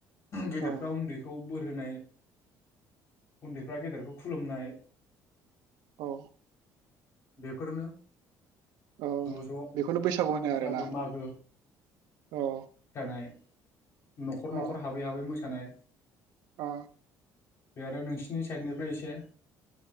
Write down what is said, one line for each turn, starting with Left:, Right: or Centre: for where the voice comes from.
Left: गेदेरफ्रा
Right: ओं
Left: उन्दैखौ बोर होनाय उन्दैफ्रा गेदेरखौ खुलुमनाय
Right: औ
Left: बेफोरनो
Right: औ
Left: ज' ज'
Right: बेखौनो बैसागु होनो
Left: बैसागो
Right: आरो ना
Left: मागो
Right: औ
Left: <unintelligible> न'खर
Right: अ
Left: न'खर हाबै हाबै मोसानाय
Right: अ
Left: बे आरो नोंसिनि साइडनिफ्राय एसे